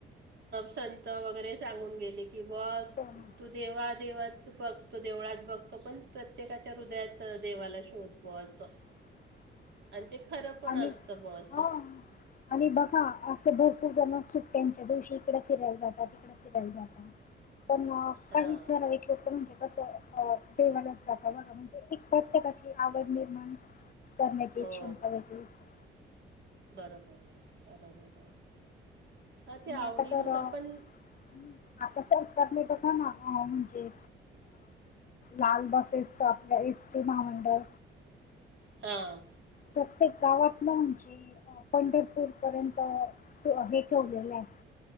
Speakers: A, on the right (about 65°); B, on the left (about 45°).
A: संत वगैरे सांगून गेले की ब
B: हो ना.
A: तु देवादेवाच बघतो देवळात बघतो पण प्रत्येकाच्या हृदयात देवाला शोध बो असं
B: <unintelligible>
A: आणि ते खरं पण
B: आणि
A: असतं बसं
B: हा आणि बघा असं भरपूर जण सुट्ट्यांच्या दिवशी इकडे फिरायला जातात तिकडे फिरायला जातात पण
A: हां
B: काही जरा वट होत म्हणजे कसं अ देवालयात जाता बघा म्हणजे एक प्रत्येकाची आवड निर्माण करण्याची
A: हो
B: एक क्षमता वेगळी असते.
A: बरोबर आहे बरोबर आहे हा
B: आणि
A: ते आवडीन
B: आता तर
A: सर
B: अ,
A: पण
B: हं, आता सरकारले बघ ना म्हणजे लाल बसेसच आपल्या एस टी महामंडळ
A: हां
B: प्रत्येक गावात ना म्हणजे पंढरपूर पर्यंत हे ठेवलेलं आहे